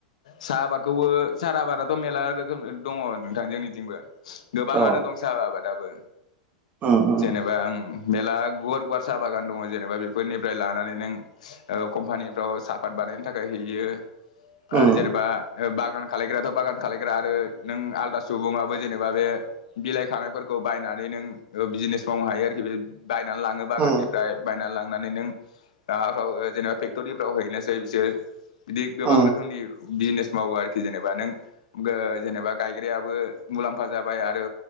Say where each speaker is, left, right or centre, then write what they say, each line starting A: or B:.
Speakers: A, on the left (about 75°); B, on the right (about 35°).
A: साहा आबादखौबो सारा आबादाथ' मेरला रोखोम दङ' नोंथां जोंनिथिंबो गोबाङानो
B: अ
A: दं साहा आबाद। दाबो
B: उम उम
A: जेनेबा आं मेरला गुवार गुवार साहा बागान दङ' जेनेबा बेफोरनिफ्राय लानानै नों कम्पानिफ्राव साहापात बानायनो थाखाय हैयो। आरो
B: उम
A: जेनेबा बागान खालायग्राथ' बागान खालायग्रा आरो नों आलदा सुबुङाबो जेनेबा बे बिलाइ खानायफोरखौ बायनानै नों बिजिनेस मावनो हायो आरोखि बे बायनानै लाङो बागाननिफ्राय
B: उम
A: बायनानै लांनानै नों माबाफ्राव जेनेबा फेक्ट'रिफ्राव हैनोसै बिसोर। बिदि गोबां
B: उम
A: रोखोमनि बिजनेस मावो आरोखि जेनेबा नों जेनेबा गायग्रायाबो मुलाम्फा जाबाय आरो